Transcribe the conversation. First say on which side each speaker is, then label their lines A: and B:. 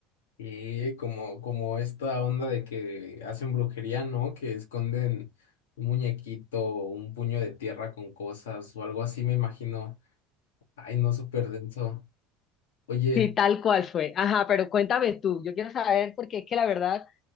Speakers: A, on the left; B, on the left.
A: Y como, como esta onda de que hacen brujería, ¿no? Que esconden un muñequito, un puño de tierra con cosas o algo así, me imagino. Ay, no, súper denso. Oye,
B: Sí, tal cual fue. Ajá, pero cuéntame tú. Yo quiero saber porque es que la verdad